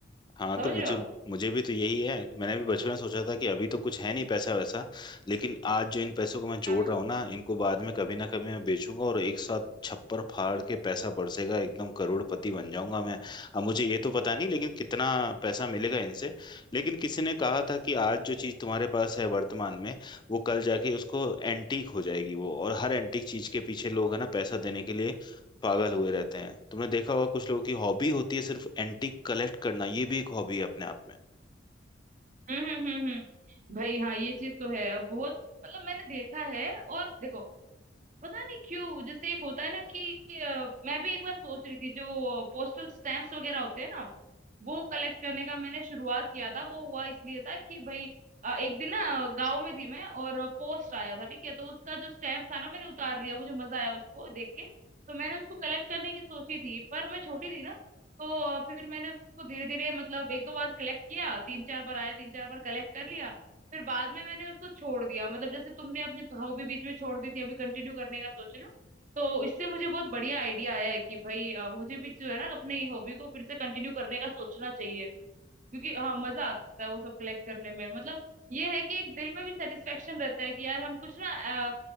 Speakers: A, on the left; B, on the right.
A: हाँ
B: समझ
A: तो मुझे
B: रहे हो
A: मुझे भी तो यही है कि मैंने भी बचपन में सोचा था कि अभी तो कुछ है नहीं पैसा वैसा लेकिन आज जो इन पैसों को मैं जोड़
B: हाँ हाँ।
A: रहा हूँ ना इनको बाद में कभी ना कभी मैं बेचूंगा और एक साथ छप्पर फाड़ के पैसा बरसेगा एकदम करोड़पति बन जाऊंगा मैं अब मुझे ये तो पता नहीं लेकिन कितना पैसा मिलेगा इनसे लेकिन किसी ने कहा था कि आज जो चीज तुम्हारे पास है वर्तमान में वो कल जाके उसको एंटीक हो जाएगी वो और हर एंटीक चीज के पीछे लोग है ना पैसा देने के लिए पागल हुए रहते हैं तुमने देखा होगा कुछ लोगों की हॉबी होती है सिर्फ एंटीक कलेक्ट करना ये भी एक हॉबी है अपने आप में
B: हम्म हम्म हम्म हम्म। भाई हाँ ये चीज तो है अब बहुत मतलब मैंने देखा है और देखो पता नहीं क्यों जैसे एक होता है ना कि अ, मैं भी एक बार सोच रही थी जो पोस्टल स्टैम्प्स वगैरह होते हैं ना वो कलेक्ट करने का मैंने शुरुआत किया था वो हुआ इसलिए था कि भाई अ, एक दिन ना गांव में थी मैं और पोस्ट आया था ठीक है तो उसका जो स्टैम्प था ना मैंने उतार लिया मुझे मजा आया उसको देख के तो मैंने उसको कलेक्ट करने की सोची थी पर मैं छोटी थी ना तो अ, फिर मैंने उसको धीरे धीरे मतलब एक दो बार कलेक्ट किया तीन चार बार आया तीन चार बार कलेक्ट कर लिया फिर बाद में मैंने उसको छोड़ दिया मतलब जैसे तुमने अपनी हॉबी बीच में छोड़ दी थी अभी कंटिन्यू करने का सोच रहे हो तो इससे मुझे बहुत बढ़िया आइडिया आया है कि भाई अ, मुझे भी जो है ना अपनी हॉबी को फिर से कंटिन्यू करने का सोचना चाहिए क्योंकि हाँ मजा आता है वो सब कलेक्ट करने में मतलब ये है कि एक दिल में भी सेटिस्फेक्शन रहता है कि यार हम कुछ ना अ,